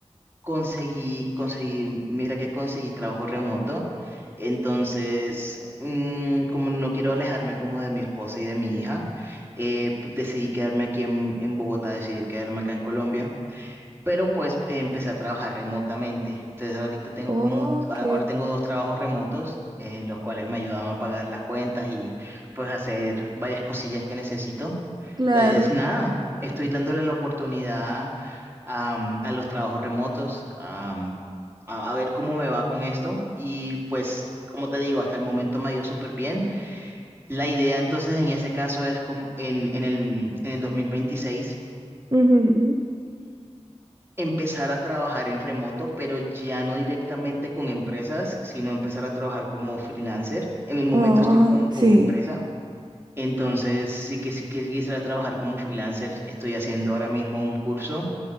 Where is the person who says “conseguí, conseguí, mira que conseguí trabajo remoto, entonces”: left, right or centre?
Right